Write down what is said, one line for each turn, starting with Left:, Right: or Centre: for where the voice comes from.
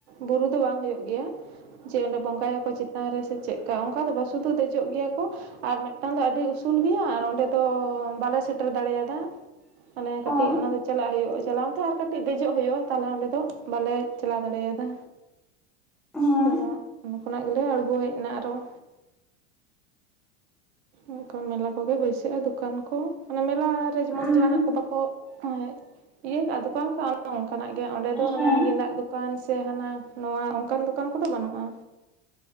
Right: ᱵᱩᱨᱩ ᱫᱚ ᱵᱟᱝ ᱦᱩᱭᱩᱜ ᱜᱮᱭᱟ᱾ ᱡᱮ ᱚᱸᱰᱮ ᱵᱚᱸᱜᱟᱭᱟ ᱠᱚ ᱪᱮᱛᱟᱱ ᱨᱮ ᱥᱮ ᱪᱮᱫ ᱠᱟ ᱚᱱᱠᱟ ᱫᱚ ᱵᱟᱝ ᱥᱩᱫᱩ ᱫᱮᱡᱚᱜ ᱜᱮᱭᱟ ᱠᱚ᱾ ᱟᱨ ᱢᱤᱫᱴᱟᱝ ᱫᱚ ᱟᱹᱰᱤ ᱩᱥᱩᱞ ᱜᱮᱭᱟ ᱟᱨ ᱚᱸᱰᱮ ᱫᱚ ᱵᱟᱞᱮ ᱥᱮᱴᱮᱨ ᱫᱟᱲᱮᱭᱟᱫᱟ᱾ ᱢᱟᱱᱮ ᱠᱟᱹᱴᱤᱡ
Centre: ᱚ
Right: ᱚᱱᱟ ᱫᱚ ᱪᱟᱞᱟᱜ ᱦᱩᱭᱩᱜᱼᱟ, ᱪᱟᱞᱟᱣ ᱛᱮ ᱟᱨ ᱠᱟᱹᱴᱤᱡ ᱫᱮᱡᱚᱜ ᱦᱩᱭᱩᱜᱼᱟ ᱛᱟᱦᱚᱞᱮ ᱚᱱᱟ ᱫᱚ᱾ ᱵᱟᱞᱮ ᱪᱟᱞᱟᱣ ᱫᱟᱲᱮᱭᱟᱫᱟ
Centre: ᱦᱮᱸ
Right: ᱛᱚ᱾ ᱠᱷᱚᱱᱟᱜ ᱜᱮᱞᱮ ᱟᱬᱜᱚ ᱦᱮᱡ ᱮᱱᱟ ᱟᱨᱦᱚᱸ ᱚᱱᱠᱟ ᱢᱮᱞᱟ ᱠᱚᱜᱮ ᱵᱟᱹᱭᱥᱟᱹᱜᱼᱟ ᱫᱚᱠᱟᱱ ᱠᱚ ᱢᱟᱱᱮ ᱢᱮᱞᱟᱨᱮ ᱡᱮᱢᱚᱱ
Centre: ᱩᱸ
Right: ᱡᱟᱦᱟᱱᱟᱜ ᱠᱚ ᱵᱟᱠᱚ ᱦᱮᱸ ᱤᱭᱟᱹ ᱠᱟᱜ ᱫᱚᱠᱟᱱ ᱠᱟᱜ ᱚᱱ ᱚᱱᱠᱟᱱᱟᱜ ᱜᱮ ᱚᱸᱰᱮ ᱫᱚ ᱦᱟᱱᱮ
Centre: ᱦᱮᱸ
Right: ᱜᱮᱸᱫᱟᱜ ᱫᱚᱠᱟᱱ ᱫᱚᱠᱟᱱ ᱥᱮ ᱦᱟᱱᱟ ᱱᱚᱣᱟ ᱚᱱᱠᱟᱱ ᱫᱚᱠᱟᱱ ᱠᱚ ᱫᱚ ᱵᱟᱹᱱᱩᱜᱼᱟ᱾